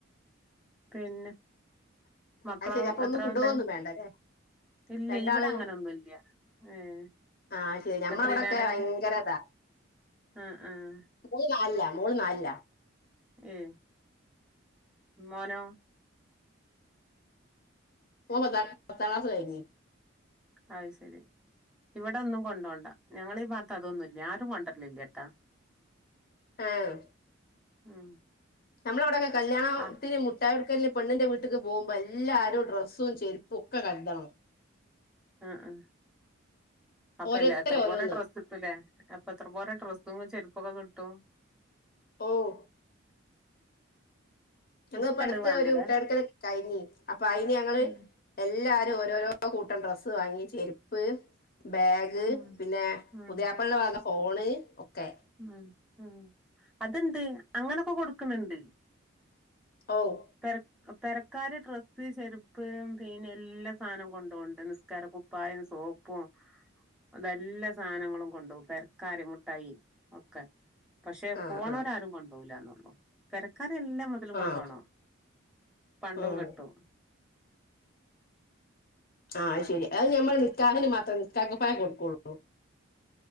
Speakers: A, in the centre; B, on the left.
A: പിന്നെ, മക്കളോ
B: അത് ശരി അപ്പൊ
A: എത്രാൾണ്ട്?
B: ഒന്നും കൊണ്ടുപോകൊന്നും വേണ്ട അല്ലേ
A: ഇല്ലെയ്
B: രണ്ടാള്
A: ഇവടെ അങ്ങനൊന്നുല്ല്യ. ഏഹ്
B: ആഹ് ശെരി. ഞമ്മളവടൊക്കെ
A: എത്രയിലാണ്
B: വയങ്കരതാ.
A: ആഹ് ആഹ്
B: <unintelligible> നാൽല മോള് നാൽല.
A: ഉം മോനോ?
B: ഓൻ പത്താ പത്താ ക്ലാസ്സ്‌ കയ്ഞ്ഞി.
A: അഹ് ശെരി. ഇവിടൊന്നും കൊണ്ടോണ്ട. ഞങ്ങളീ ഭാത്തതൊന്നുല്ല്യ. ആരും കൊണ്ടര്‌ലില്ല്യ ട്ടാ.
B: ഏഹ്.
A: ഉം.
B: ഞമ്മളെവടൊക്കെ കല്ല്യാണം
A: ആഹ്
B: ത്തിന് മുട്ടായൊട്ക്കൽന് പെണ്ണ്ന്റെ വ്ട്ട്ക്ക് പോവുമ്പൊ എല്ലാരും ഡ്രസ്സും ചെര്പ്പുക്കെ കര്തണം.
A: ആഹ്, ആഹ് അപ്പ
B: ഓരോരുത്തര്
A: എല്ലാ എത്ര
B: ഓരോന്ന്
A: പോര ഡ്രസ് ട്ടൂലേ അപ്പൊ എത്ര പോരം ഡ്രസ്സും ചെരുപ്പൊക്കെ കിട്ടും.
B: ഓഹ്. ഞങ്ങൾ
A: ഇഷ്ടള്ളത്
B: പ്പ അട്ത്ത്
A: വാങ്ങലാ
B: ഒരു മുട്ടായികൊട്ക്കലൊക്കെ കയിഞ്ഞി. അപ്പൊ അയിന് ഞങ്ങള്
A: ഉം
B: എല്ലാരും ഓരോരോ കൂട്ടം ഡ്രസ്സ് വാങ്ങി ചെര്പ്പ്, ബേഗ് <unintelligible>
A: ഉം
B: പിന്നെ
A: ഉം
B: പുതിയാപ്പൾൻ്റെ വക ഫോണ് ഒക്കെ
A: <unintelligible> അത്ണ്ട്, അങ്ങനൊക്കെ കൊട്ക്ക്ന്ന്ണ്ട്.
B: ഓഹ്
A: പെര പെരക്കാര് ഡ്രസ്സ്, ചെരുപ്പ് പിന്നെ എല്ലാ സാനം കൊണ്ടോവ്ണ്ട് നിസ്കാര കു പ്പായും സോപ്പും അതെല്ലാ സാനങ്ങളും കൊണ്ടോവും. പെര്ക്കാര് മുട്ടായി ഒക്കെ പഷെ
B: ആഹ്
A: പോണോരാരും
B: ആഹ്
A: കൊണ്ടോവൂലന്നൊള്ളു. പെരക്കാര് എല്ലാ മൊതലും
B: ആഹ്
A: കൊണ്ടോണം പണ്ടും
B: ഉം
A: കെട്ടും.
B: ആഹ് അയ്ശെരി. അയ് ഞമ്മള് നിക്കാഹിന് മാത്രേ നിസ്ക്കാരക്കുപ്പായം കൊട്ക്കൊള്ളൂ.